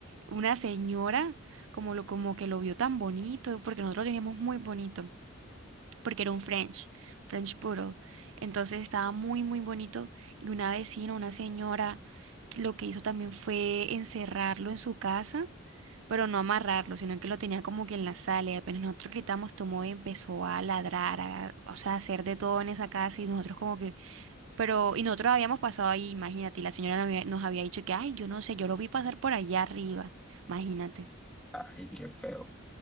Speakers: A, on the right; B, in the centre.
A: una señora como lo como que lo vio tan bonito, porque nosotros lo teníamos muy bonito porque era un French, French Poodle. Entonces estaba muy, muy bonito. Y una vecina, una señora, lo que hizo también fue encerrarlo en su casa, pero no amarrarlo, sino que lo tenía como que en la sala. Y apenas nosotros gritamos, tomó y empezó a ladrar, a, o sea, a hacer de todo en esa casa. Y nosotros como que, pero, y nosotros habíamos pasado ahí, imagínate, y la señora nos había, nos había dicho que, ay, yo no sé, yo lo vi pasar por allá arriba. Imagínate.
B: Ay, qué feo.